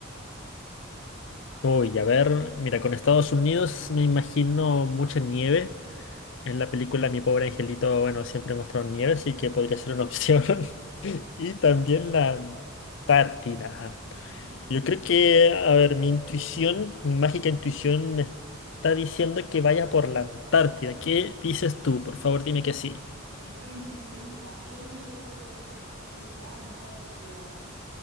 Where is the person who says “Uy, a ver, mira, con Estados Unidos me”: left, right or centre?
Left